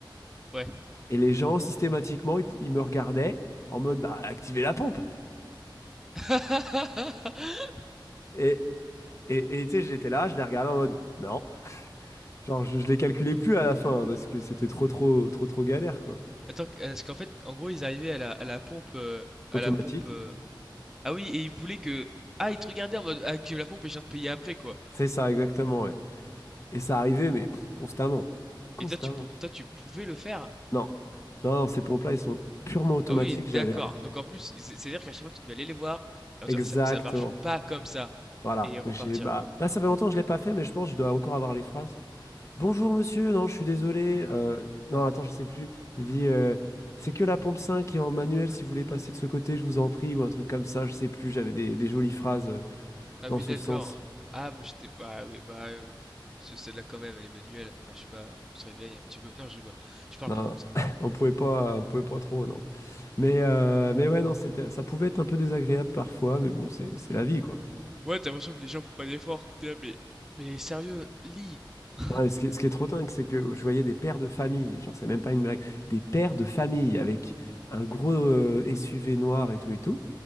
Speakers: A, in the centre; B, on the left.
A: ouais.
B: Et les gens, systématiquement, ils, pou- ils me regardaient en mode, bah, activez la pompe.
A: <laughs>
B: Et, et, et, tu sais, j'étais là, je les regardais en mode, non. Genre, je, je les calculais plus à la fin hein, parce que c'était trop, trop, trop, trop galère, quoi.
A: Attends q est qu'en fait, en gros, ils arrivaient à la à la pompe, heu, à
B: Automatique.
A: la pompe, heu ah oui et ils voulaient que ah, ils te regardaient en mode: ah, «Active la pompe et je viens de payer après» quoi
B: C'est ça, exactement, ouais. Et ça arrivait, mais pff, constamment. Constamment.
A: et toi tu pou toi tu pouvais le faire?
B: Non. Non, non, ces pompes-là, ils sont purement automatiques,
A: Ah oui, d'accord.
B: j'avais.
A: Donc en plus, c'est- c'est-à-dire qu'à chaque fois, tu devais aller les voir, leur
B: Exactement.
A: dire ça, ça marche pas comme ça,
B: Voilà.
A: et repartir.
B: J'ai, bah, là, ça fait longtemps que je l'ai pas fait, mais je pense que je dois encore avoir les phrases. Bonjour, monsieur. Non, je suis désolé. Euh, non, attends, je sais plus. Il dit, euh, c'est que la pompe 5 qui est en manuel. Si vous voulez passer de ce côté, je vous en prie. Ou un truc comme ça, je sais plus. J'avais des, des jolies phrases euh,
A: Ah
B: dans
A: oui,
B: ce
A: d'accord.
B: sens.
A: Ah, moi j'étais. ah oui, bah. euh, c'est celle-là quand même, elle est manuelle. Enfin, je sais pas, on se réveille un petit peu. Non, je rigole. Je parle
B: Non,
A: pas comme ça.
B: <laughs> on pouvait pas, on pouvait pas trop, non. Mais, euh, mais ouais, non, c'était, ça pouvait être un peu désagréable parfois, mais bon, c'est, c'est la vie, quoi.
A: Ouais, t'as l'impression que les gens font pas d'efforts. T'es là, mais. Mais sérieux, lis! <laughs>
B: Ouais, et ce qui, est ce qui est trop dingue, c'est que je voyais des pères de famille, genre, c'est même pas une blague, des pères de famille avec un gros euh, SUV noir et tout et tout,